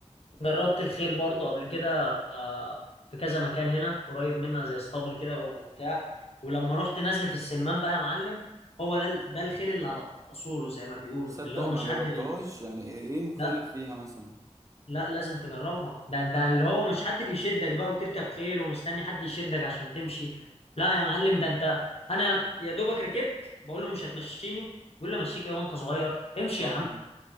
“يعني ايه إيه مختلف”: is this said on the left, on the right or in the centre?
Right